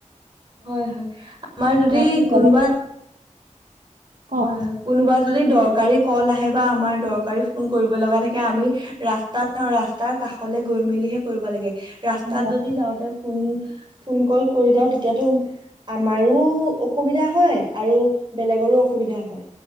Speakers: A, on the right; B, on the right.
A: হয় হয় আমাৰ যদি
B: থাকিলে বেলেগ
A: কোনোবা
B: কওক
A: হয় হয় কোনোবা যদি দৰকাৰী কল আহে বা আমাৰ দৰকাৰী ফোন কৰিব লগা থাকে আমি ৰাস্তাত ৰাস্তাৰ কা- কাষলৈ গৈ মেলিহে কৰিব লাগে ৰাস্তাত
B: হয়
A: যদি যাওঁতে ফোন ফোন কল কৰি যাওক তেতিয়াতো আমাৰো অসুবিধা হয় আৰু বেলেগৰো অস- অসুবিধা হয়,